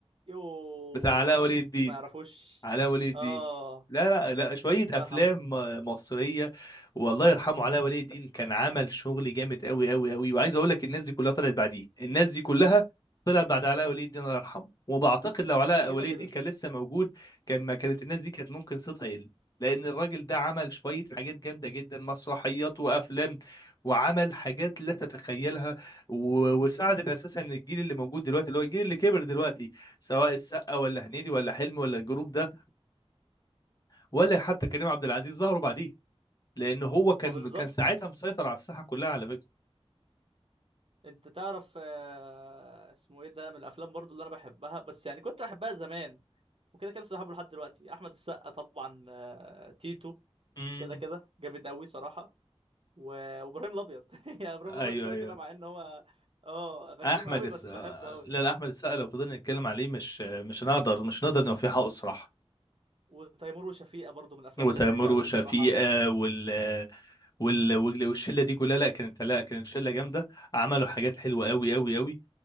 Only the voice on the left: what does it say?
بتاع علاء
ولي
الدين
علاء ولي الدين
لا لا لا شوية
أفلام
مصرية والله يرحمه علاء ولي الدين كان عمل شغل جامد أوي أوي أوي وعايز أقول لك الناس دي كلها طلعت بعديه الناس دي كلها طلعت بعد علاء ولي الدين الله يرحمه وبعتقد لو علاء
ولي
الدين كان لسه موجود كان ما كانت الناس دي كانت ممكن صيتها يقل لأن الراجل ده عمل شوية حاجات جامدة جدا مسرحيات وأفلام وعمل حاجات لا تتخيلها و- وساعدت اساسا الجيل اللي موجود دلوقتي اللي هو الجيل اللي كبر دلوقتي سواء السقا ولا هنيدي ولا حلمي ولا الجروب ده ولا حتى كريم عبد العزيز ظهروا بعديه لان هو كان
كان ساعتها مسيطر على الساحه كلها على فكره
امم
ايوه
ايوه
احمد
الس...
آه،
لا لا احمد السقا لو فضلنا نتكلم عليه مش مش هنقدر مش هنقدر نوفيه حقه الصراحه
وتامر
وشفيقه
وال وال وال- والشله دي كلها لا كانت لا كانت شله جامده عملوا حاجات حلوه قوي قوي قوي